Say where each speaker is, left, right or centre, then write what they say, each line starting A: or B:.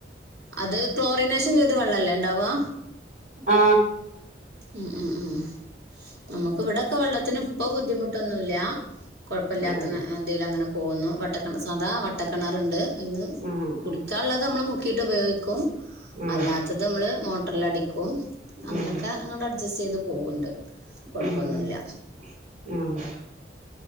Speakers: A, on the right; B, on the right.
A: അത് ക്ലോറിനേഷൻ ചെയ്ത് വെള്ളല്ലേ ഉണ്ടാവാ
B: ആ
A: മം മംമം നമുക്ക് ഇവിടൊക്കെ വെള്ളത്തിന് ഇപ്പൊ ബുദ്ധിമുട്ടൊന്നുല്ല കൊഴപ്പല്ലാത്തന്ന
B: ആഹ്
A: ന്ന ഇതിലങ്ങനെ പോകുന്നു വട്ടക്കിണ സാധാ വട്ടക്കെ ണറുണ്ട് ഇന്ന്
B: ആഹ്
A: കുടിക്കാള്ളത് നമ്മള് മുക്കിയിട്ട് ഉപയോഗിക്കും
B: ആഹ്
A: അല്ലാത്തത് നമ്മള് മോ ട്രില്ലടി ക്കും അങ്ങനെക്കെ
B: ആഹ് ആഹ്
A: ക്കെ അങ്ങോട്ടഡ്ജസ്റ്റ് ചെയ്ത് പോവുണ്ട് കൊഴപ്പൊന്നുവില്ല
B: ഉം ഉം ആഹ്